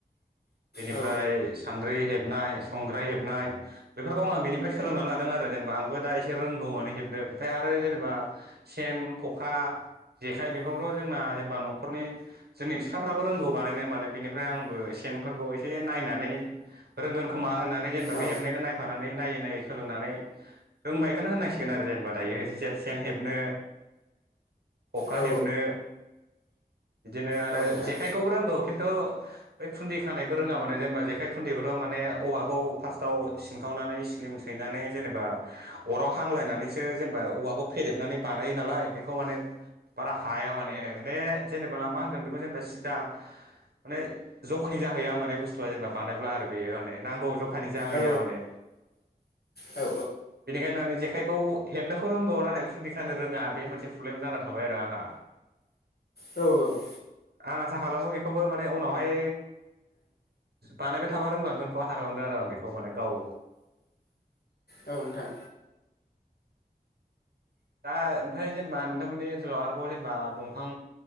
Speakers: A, on the right; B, on the left.
A: बेनिफ्राय
B: औ
A: सान्द्रि हेबनाय संग्राय हेबनाय बेफोरखौ आङो बेनिफ्राय सोलोंना लादों आरो जेनेबा आंबो दा एसे रों रोंगौ माने हेबनो आरो जेनेबा सेन खखा जेखाय बेखौबो' जोंना न'खरनि जोंनि बिफाफ्राबो रोंगौ बानायनो माने बिनिफ्राय आंबो सेनफोरखौ एसे नायनानै रोंगोन खोमा होननानै जेनेबा
B: औ
A: बे हेबनायखौ नायफानानै नायै नायै सोलोंनानै रोंबायखौनो होननान सिग गोन आरो जेनेबा दायो सेन हेबनो खखा
B: औ
A: हेबनो बिदिनो आरो
B: औ नोंथां
A: जेखाइखौबो रोंगौ खिन्थु बै खुन्दै खानायखौ रोङा माने जेनेबा जेखाय खुन्दैखौथ' माने औखौ फारस्तव सिनखावनानै स्लिम सैनानै जेनेबा अराव फांलायनानैसो जेनेबा औवाखौ फेदेबनानै बानायो नालाय बेखौ माने बारा हाया माने ने जेनेबा मा होनगोन बेखौ जेनेबा सिद्दा माने जखनि जाहैया माने बुस्थुआ जेनेबा बानायब्ला आरो बेयो माने नांगौ ज जाहैया
B: औ
A: माने
B: औ
A: बेनिखायनो जेखाइखौ हेबनोखौ रोंगौ नाथाय खुन्दि खानो रोङा बे मोनसे प्रब्लेम जाना थाबाय आरो आंहा
B: औ औ
A: आं आसा खालामो बेखौबो माने उनावहाय बानायबाय थाबा रोंलांगोनखौ आसा खालामदों आरो आं बेखौ माने गाव
B: औ नोंथां
A: दा ओमफ्राय जेनेबा नोंथांमोननि ओनसोलाव आरोबाव जेनेबा दंफां